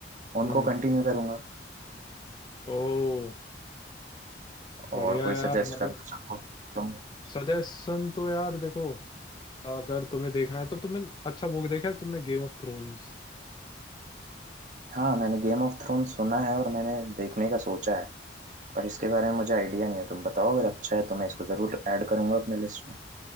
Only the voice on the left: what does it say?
हम्म
ओ बढ़िया
यार
मतलब
सजेशन तो यार देखो अगर तुम्हें देखना है तो तुमने अच्छा वो देखा है तुमने गेम ऑफ थ्रोन्स